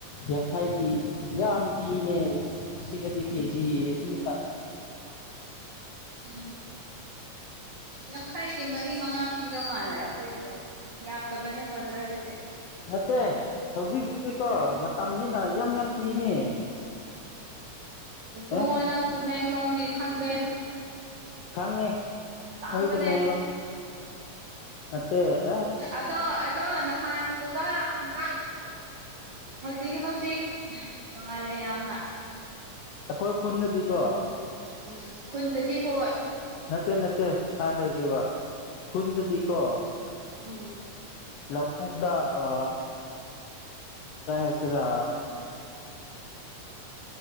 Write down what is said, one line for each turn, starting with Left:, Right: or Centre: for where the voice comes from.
Left: ꯌꯥꯡꯈꯥꯏꯒꯤ ꯌꯥꯝ ꯄꯤꯅꯦ ꯁꯤꯗꯗꯤ ꯀꯦꯖꯤ ꯑꯗꯨꯝ
Right: ꯎꯝ ꯌꯥꯡꯈꯥꯏꯒꯤ ꯃꯔꯤ ꯃꯉꯥ ꯄꯤꯗꯧ ꯃꯥꯜꯂꯦ ꯑꯩꯈꯣꯏꯒꯤꯗꯣ ꯌꯥꯝꯗꯕꯅꯤꯅꯦ ꯕꯖꯔꯗꯦ
Left: ꯅꯠꯇꯦ ꯍꯧꯖꯤꯛ ꯍꯧꯗꯤꯀꯣ ꯃꯇꯝꯅꯤꯅ ꯌꯥꯝ ꯌꯥꯝ ꯄꯤꯅꯤ
Right: ꯇꯨꯡꯉꯣ
Left: ꯑꯦ
Right: ꯅꯪꯛꯇ ꯃꯡꯂꯣꯡꯒꯤ ꯈꯪꯗꯦ
Left: ꯈꯪꯉꯦ
Right: ꯇꯥꯡꯕꯅꯦ
Left: ꯑꯩꯗ ꯃꯦꯡꯡꯂ ꯃꯦ
Right: ꯑꯗꯣ ꯑꯗꯣ ꯅꯍꯥꯟꯗꯨꯒ ꯍꯟꯗꯛ ꯍꯧꯖꯤꯛ ꯍꯧꯖꯤꯛ ꯇꯣꯡꯉꯥꯜꯂꯦ ꯌꯥꯝꯅ
Left: ꯑꯩꯈꯣꯏ ꯈꯨꯗꯗꯤꯀꯣ
Right: ꯎꯝ ꯈꯨꯟꯗꯗꯤ ꯍꯣꯏ
Left: ꯅꯠꯇꯦ ꯅꯠꯇꯦ ꯑꯩ ꯍꯥꯏꯦꯈꯤꯕ ꯈꯨꯟꯗꯗꯤꯀꯣ
Right: ꯎꯝ
Left: ꯂꯄꯣꯛꯗ ꯑ ꯀꯩ ꯍꯥꯏꯁꯤꯔꯥ